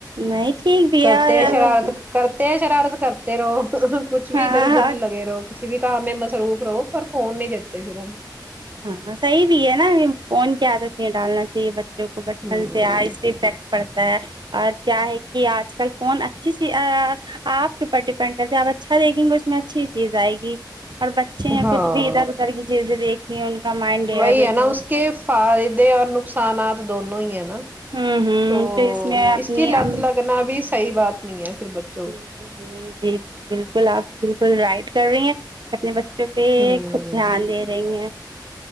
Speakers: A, on the right; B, on the right.
A: نہیں ٹھیک <unintelligible>
B: کرتے ہیں شرارت کرتے ہیں شرارت کرتے رہو کچھ بھی
A: ہاں
B: ادھر ادھر
A: اور
B: لگے رہو کسی بھی کام میں مصروف رہو پر فون نہیں دیتے پھر ہم
A: ہاں صحیح بھی ہے نا فون کی عادت نہیں ڈالنا چاہیے بچوں کو بچپن
B: ہوں
A: سے آئے افیکٹ پڑتا ہے اور کیا ہے کہ آج کل فون اچھی سی آپ کے اوپر ڈپینڈ کرتے آپ اچھا دیکھیں گے اس میں اچھی چیز آئے گی اور بچے ہیں
B: ہاں
A: کچھ بھی ادھر ادھر کی چیزیں دیکھتے ہو ان کا مائنڈ ڈائیورٹ
B: وہی ہے
A: ہو
B: اس کے
A: نا
B: فائدے اور نقصانات دونوں ہی ہیں نا
A: ہوں ہوں
B: تو
A: میں اپنی
B: اس کی لت
A: ام
B: لگنا بھی صحیح بات نہیں ہے پھر بچے
A: بالکل جی نہیں جی جی بالکل آپ بالکل رائٹ کر رہی ہیں اپنے بچوں پہ
B: ہوں
A: خود دھیان دے رہی ہیں